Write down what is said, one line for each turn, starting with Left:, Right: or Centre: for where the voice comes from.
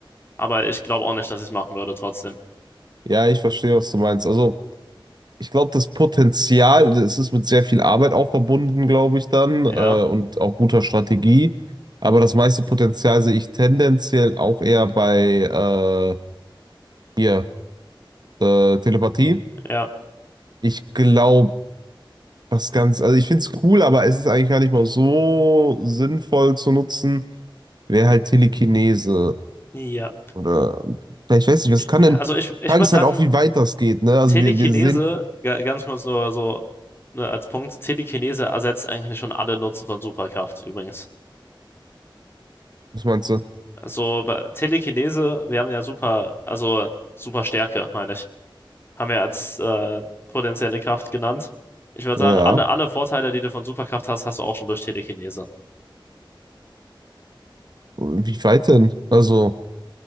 Left: Aber ich glaube auch nicht, dass ich es machen würde trotzdem.
Right: Ja, ich verstehe, was du meinst. Also. ich glaube, das Potenzial, das ist mit sehr viel Arbeit auch verbunden, glaube ich dann,
Left: Ja,
Right: äh, und auch guter Strategie. Aber das meiste Potenzial sehe ich tendenziell auch eher bei äh, hier, äh, Telepathie.
Left: ja,
Right: Ich glaube, was ganz, also ich finde es cool, aber es ist eigentlich gar nicht mal so sinnvoll zu nutzen, wäre halt Telekinese.
Left: ja.
Right: Oder vielleicht weiß ich, was kann
Left: Ja,
Right: denn.
Left: also
Right: Die
Left: ich, ich
Right: Frage
Left: würde
Right: ist
Left: sagen,
Right: halt auch, wie weit das geht, ne? Also
Left: Telekinese,
Right: wir, wir sehen,
Left: ga- ganz kurz nur so ne, als Punkt, Telekinese ersetzt eigentlich schon alle Nutzen von Superkraft übrigens.
Right: was meinst du?
Left: Also weil Telekinese, wir haben ja super, also super Stärke, meine ich. haben wir als äh, potenzielle Kraft genannt. Ich würde
Right: Ja,
Left: sagen, alle, alle Vorteile, die du von Superkraft hast, hast du auch schon durch Telekinese.
Right: wie weit denn? Also.